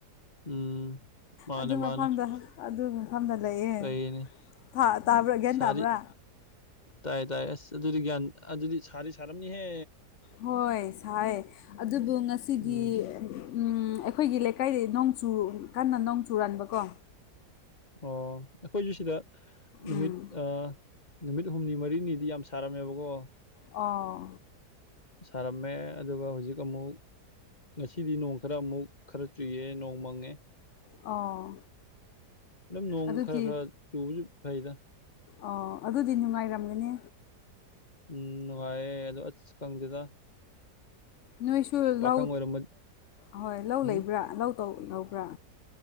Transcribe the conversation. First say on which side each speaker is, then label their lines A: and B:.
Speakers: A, on the left; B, on the left.
A: ꯎꯝ ꯃꯥꯅꯦ
B: ꯑꯗꯨ
A: ꯃꯥꯅꯦ
B: ꯃꯐꯝꯗ ꯑꯗꯨ ꯐꯝꯗ ꯂꯩꯌꯦ
A: ꯐꯩꯅꯦ
B: ꯇꯥ ꯇꯥꯕ꯭ꯔꯥ ꯒ꯭ꯌꯥꯟ
A: ꯁꯥꯗꯤ
B: ꯇꯥꯕ꯭ꯔꯥ
A: ꯇꯥꯏ ꯇꯥꯏ ꯑꯁ ꯑꯗꯨꯗꯤ ꯒ꯭ꯌꯥꯟ ꯑꯗꯨꯗꯤ ꯁꯥꯗꯤ ꯁꯥꯔꯝꯅꯤꯍꯦ
B: ꯍꯣꯏ ꯁꯥꯏꯌꯦ ꯑꯗꯨꯕꯨ ꯉꯁꯤꯗꯤ
A: ꯎꯝ
B: ꯎꯝ ꯑꯩꯈꯣꯏꯒꯤ ꯂꯩꯀꯥꯏꯗꯤ ꯅꯣꯡꯆꯨ ꯀꯟꯅ ꯅꯣꯡ ꯆꯨꯨꯔꯟꯕꯀꯣ
A: ꯑꯣ ꯑꯩꯈꯣꯏꯁꯨ ꯁꯤꯗ ꯅꯨꯃꯤꯠ
B: ꯎꯝ
A: ꯑ ꯅꯨꯃꯤꯠ ꯍꯨꯝꯅꯤ ꯃꯔꯤꯅꯤꯗꯤ ꯌꯥꯝ ꯁꯥꯔꯝꯃꯦꯕꯀꯣ
B: ꯑꯣ
A: ꯁꯥꯔꯝꯃꯦ ꯑꯗꯨꯒ ꯍꯧꯖꯤꯛ ꯑꯃꯨꯛ ꯉꯁꯤꯗꯤ ꯅꯣꯡ ꯈꯔ ꯑꯃꯨꯛ ꯈꯔ ꯆꯨꯏꯌꯦ ꯅꯣꯡ ꯃꯪꯉꯦ
B: ꯑꯣ
A: ꯑꯗꯨꯝ ꯅꯣꯡ
B: ꯑꯗꯨꯗꯤ
A: ꯈꯔ ꯈꯔ ꯆꯨꯕꯁꯨ ꯐꯩꯗ
B: ꯑꯣ ꯑꯗꯨꯗꯤ ꯅꯨꯡꯉꯥꯏꯔꯝꯒꯅꯤ
A: ꯎꯝ ꯅꯨꯡꯉꯥꯏꯌꯦ ꯑꯗꯣ ꯑꯁ ꯈꯪꯗꯦꯗ
B: ꯅꯣꯏꯁꯨ
A: ꯄꯥꯈꯪ
B: ꯂꯧ
A: ꯑꯣꯏꯔꯝꯃꯗꯤ
B: ꯍꯣꯏ ꯂꯧ
A: ꯎꯝ
B: ꯂꯩꯕ꯭ꯔꯥ ꯂꯧ ꯇꯧꯕ꯭ꯔꯥ